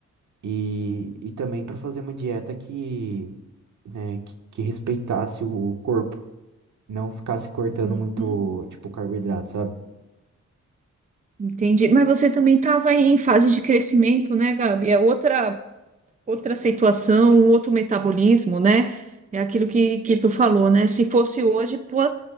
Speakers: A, on the right (about 70°); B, on the right (about 25°).
A: E, e também para fazer uma dieta que, né, que, que respeitasse o corpo. Não ficasse cortando
B: Uhum,
A: muito, tipo, carboidrato, sabe?
B: entendi. Mas você também estava em fase de crescimento, né, Gabi? É outra. outra situação, um outro metabolismo, né? É aquilo que, que tu falou, né? Se fosse hoje, pô,